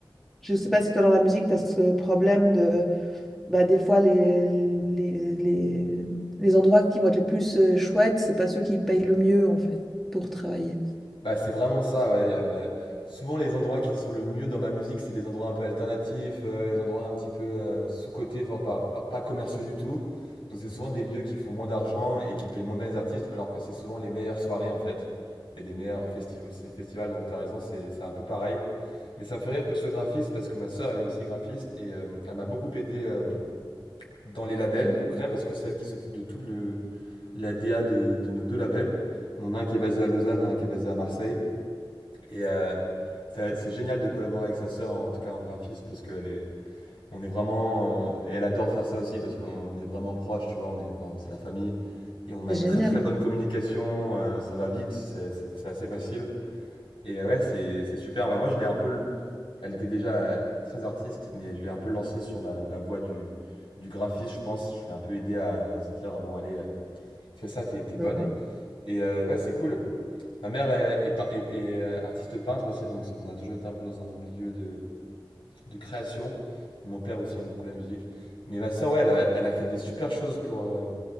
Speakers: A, in the centre; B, on the left.
A: je sais pas si toi dans la musique, tu as ce problème de bah, des fois les, les, les, les endroits qui vont être le plus euh, chouettes, c'est pas ceux qui payent le mieux en fait pour travailler.
B: Bah, c'est vraiment ça, ouais. y a- bah, souvent, les endroits qui sont le mieux dans ma musique, c'est les endroits un peu alternatifs, euh, les endroits un petit peu euh, sous-cotés, enfin, pas, pas- pas commerciaux du tout. Donc, c'est souvent des lieux qui font moins d'argent et qui payent moins bien les artistes, alors que c'est souvent les meilleures soirées, en fait, et les meilleurs festi- ces festivals. Donc, tu as raison, c'est c'est un peu pareil. Mais ça me fait rire que tu sois graphiste parce que ma sœur, elle est aussi graphiste et euh, elle m'a beaucoup aidé euh, dans les labels
A: Ouais,
B: concrets parce que c'est elle qui s'occupe de toute le, la DA de, de nos deux labels. On en a un qui est basé à Lausanne et un qui est basé à Marseille. Et euh, c'est c'est génial de collaborer avec sa sœur, en tout cas en graphisme, parce qu'elle est, on est vraiment, et elle adore faire ça aussi, parce qu'on est vraiment proches, tu vois, on est, enfin, c'est la famille, et on a
A: C'est
B: une
A: génial,
B: très très bonne
A: ouais.
B: communication, euh, ça va vite, c'est c'est- c'est assez facile. Et euh, ouais, c'est c'est super. Bah, moi, je l'ai un peu, l- elle était déjà euh, très artiste, mais je l'ai un peu lancée sur la, la voie du, du graphisme, je pense. Je l'ai un peu aidé à, à se dire, bon, allez, euh, fais ça, t'es t'es bonne.
A: Ouais,
B: Et euh, ouais, c'est cool. Ma mère est, est pein- est- est, euh, artiste peintre aussi, donc c'est- on a toujours été un peu dans un milieu de, de création. Et mon père aussi aime beaucoup la musique. Mais ma sœur, ouais, elle a, elle a fait des super choses pour, euh,